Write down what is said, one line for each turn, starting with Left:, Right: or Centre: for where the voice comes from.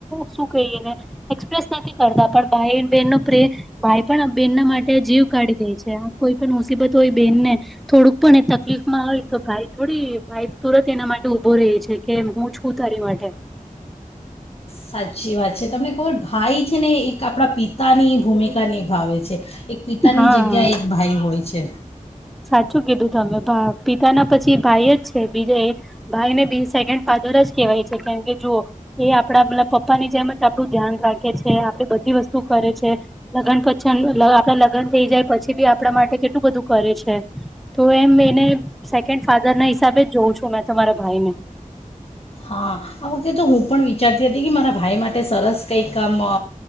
Centre: શું કહીએને, એક્સપ્રેસ નથી કરતા, પણ ભાઈ બહેનનો પ્રે ભાઈ પણ આ બેનના માટે જીવ કાઢી દે છે, કોઈ પણ મુસીબત હોય બેનને થોડુંક પણ એ તકલીફમાં હોય, તો ભાઈ થોડી ભાઈ તુરત એના માટે ઊભો રેહ છે, કે હું છું તારી માટે.
Left: સાચી વાત છે, તમને ખબર ભાઈ છે ને એક આપણા પિતાની ભૂમિકા નિભાવે છે. એક પિતાની
Centre: હા
Left: જગ્યા એક ભાઈ હોય છે.
Centre: સાચું કીધું તમે, ભા પિતાના પછી ભાઈ જ છે, બીજા એ ભાઈ ને બી સેકન્ડ ફાધર જ કેહેવાય છે, કેમ કે જુઓ એ આપડા મતલબ પપ્પાની જેમ જ આપડું ધ્યાન રાખે છે, આપડી બધી વસ્તુ કરે છે. લગ્ન પછી એન્ડુ, આપડા લગન થઈ જાય પછી બી આપણા માટે કેટલું બધું કરે છે. છે, તો એમ એને સેકન્ડ ફાધર ના હિસાબે જ જોઉં છું મેંતો મારા ભાઈ ને.
Left: હા, આ વખતે તો હું પણ વિચારતી હતી કે, મારા ભાઈ માટે સરસ કંઈક કામ અ